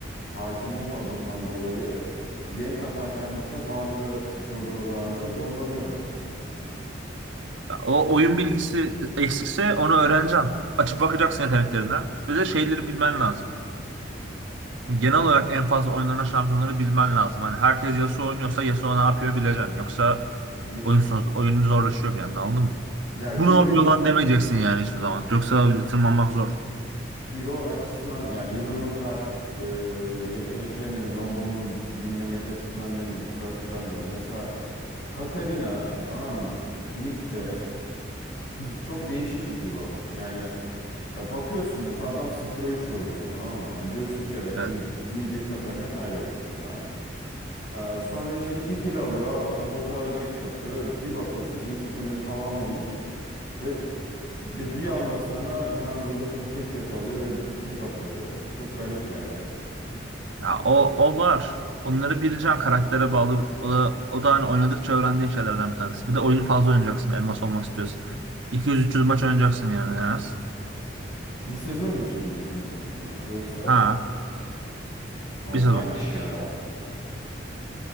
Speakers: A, on the left (about 85°); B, on the right (about 85°).
A: hakim olmadığından dolayı gank atarken mesela bazı koridorlarda zorlanıyorum.
B: O oyun bilgisi eksikse onu öğreneceksin. Açıp bakacaksın yeteneklerine. Ve de şeyleri bilmen lazım. Yani Genel olarak en fazla oynanan şampiyonları bilmen lazım. Hani herkes Yasuo oynuyorsa Yasuo ne yapıyor bileceksin. Yoksa
A: Y-
B: oyun, son- oyun zorlaşıyor bir yandan anladın mı?
A: Ya hero'yu
B: Bu ne yapıyor
A: bi-
B: lan demeyeceksin yani hiçbir zaman. Yoksa tırmanmak zor.
A: Hero açısından ya Hero'nun ka- e, yeteneklerinin ne olduğunu bilmemek açısından demiyorum. Şu açıdan diyorum. Mesela Katarina tamam mı? Mid'de çok değişik bir hero. Yani e, bakıyorsun mesela adam 0 üç oynuyor tamam mı? Hani diyorsun ki evet
B: Evet.
A: mid, mid'i Katarina kaybetmiş şu an. Ee, sonra işte 2 kill alıyor. Bota gank atıyor. Bir bakıyorsun ilk itemini tamamlamış. Ve ve bir anda sana jungle'da seni tek yakalıyor ve tek atıyor böyle. Çok garip yani.
B: Ya o, o var. Onları bileceksin karaktere bağlı. O da, o da hani oynadıkça öğrendiğin şeylerden bir tanesi. Bir de oyun fazla oynayacaksın elmas olmak istiyorsan. 200-300 maç oynayacaksın yani en az.
A: Bir sezon için mi 200-300 maç yoksa
B: Ha
A: fazlaymış
B: bir sezon.
A: ya.